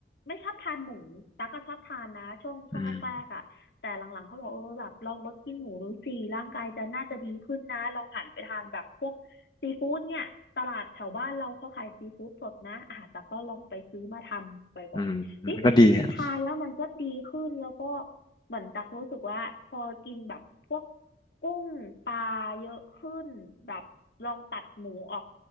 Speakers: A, on the left; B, on the left.
A: ไม่ชอบทานหมูตั๊กก็ชอบทานนะช่วงช่วงแรกๆอะแต่หลังๆเขาบอกเออแบบลองลดกินหมูดูสิร่างกายจะน่าจะดีขึ้นนะลองหันไปทานแบบพวกซีฟู้ดเนี่ยตลาดแถวบ้านเราเขาขายซีฟู้ดสดนะอ่ะตั๊กก็ลองไปซื้อมาทำบ่อยๆนี่มันทานแล้วมันก็ดีขึ้นแล้วก็
B: อืมอืมก็ดีฮะ
A: เหมือนตั๊กรู้สึกว่าพอกินแบบพวกกุ้งปลาเยอะขึ้นแบบลองตัดหมูออก